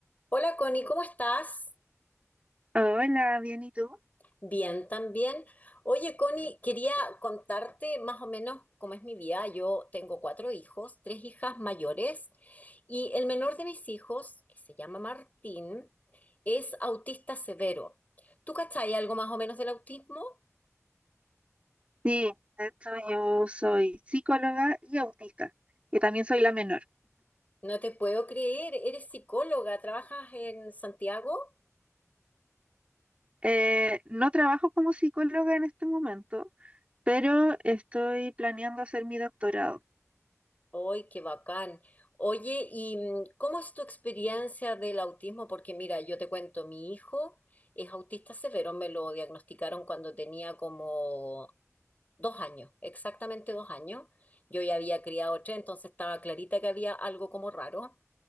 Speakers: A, on the left (about 30°); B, on the right (about 25°).
A: Hola Connie, ¿cómo estás?
B: Hola, bien, ¿y tú?
A: Bien, también. Oye Connie, quería contarte más o menos cómo es mi vida. Yo tengo cuatro hijos, tres hijas mayores y el menor de mis hijos, que se llama Martín, es autista severo. ¿Tú cachai algo más o menos del autismo?
B: Sí, de hecho yo soy psicóloga y autista, y también soy la menor.
A: No te puedo creer, eres psicóloga, trabajas en Santiago.
B: Eh, no trabajo como psicóloga en este momento, pero estoy planeando hacer mi doctorado.
A: ¡Ay, qué bacán! Oye, ¿y mm, cómo es tu experiencia del autismo? Porque mira, yo te cuento, mi hijo es autista severo, me lo diagnosticaron cuando tenía como dos años, exactamente dos años. Yo ya había criado tres, entonces estaba clarita que había algo como raro.